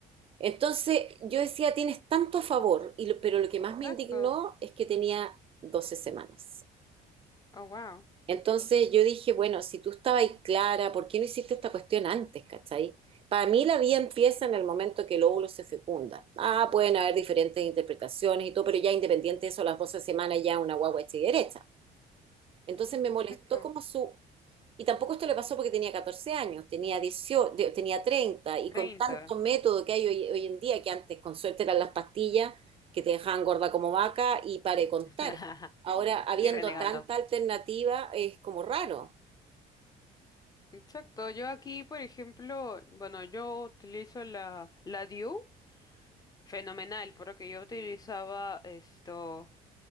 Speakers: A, on the right; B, on the left.
A: Entonces yo decía, tienes tanto a favor, y lo- pero lo que
B: Exacto.
A: más me indignó es que tenía 12 semanas.
B: Oh, wow.
A: Entonces yo dije, bueno, si tú estabas ahí clara, ¿por qué no hiciste esta cuestión antes, cachai? Para mí la vida empieza en el momento que el óvulo se fecunda. Ah, pueden haber diferentes interpretaciones y todo, pero ya independiente de eso, a las 12 semanas ya una guagua hecha y derecha. Entonces me
B: Exacto.
A: molestó como su... Y tampoco esto le pasó porque tenía 14 años, tenía 18, de- tenía 30 y
B: treinta
A: con tanto método que hay hoy, hoy en día, que antes con suerte eran las pastillas que te dejaban gorda como vaca y para de contar.
B: <laughs>
A: Ahora, habiendo
B: Y renegando.
A: Ah, tanta alternativa, es como raro.
B: Exacto. Yo aquí, por ejemplo, bueno, yo utilizo la, la DIU, fenomenal, porque yo utilizaba esto,